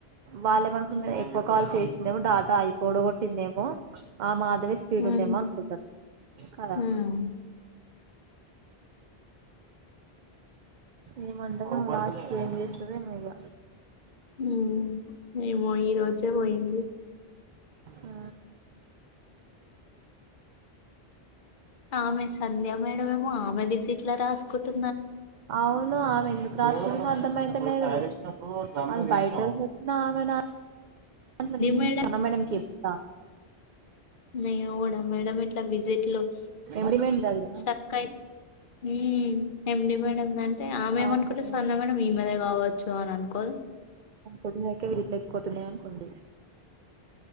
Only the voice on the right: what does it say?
వాళ్ళే బంపూన్ ఐ <unintelligible> ఓ కాల్ చేశిందేమో డాటా అయిపోడు కొట్టిందేమో ఆ మాద్ దవి స్పీడ్
ఉందేమో అనుకుంటారు కదా
ఏమంటదో లాస్ట్ క్ ఏం జేస్తదో ఏమో ఇగ
ఆ
అవును ఆమె ఎందుకు రాసుకు అర్ధంమయితలేదు అది బయట కు ఆమె నా అంట్లనూన్ <unintelligible>
నా సన మేడంకీ చెప్ త
ఎండి మేడం
అది
అవునవును
ఒళ్ళు ఎక్కే వీల్ ఇట్ల ఎక్ కోతూనే <unintelligible> అనుకుంది